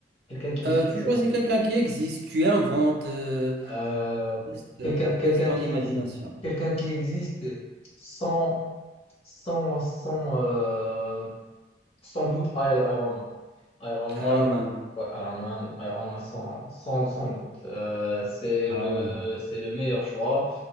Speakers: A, on the left; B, on the right.
A: Quelqu'un qui existe.
B: Euh, tu
A: pardon.
B: choisis quelqu'un qui existe, tu inventes, euh,
A: Euh,
B: laisse, euh,
A: quelqu'un quelqu'un
B: laisse ton
A: qui,
B: imagination.
A: ex- quelqu'un qui existe sans, sans, sans, euh, sans doute I- Iron Man. Iron Man,
B: Iron Man.
A: ouais, Iron Man, Iron Man sans, sans, sans doute. Euh, c'est
B: Ah
A: le,
B: ouais.
A: c'est le meilleur choix.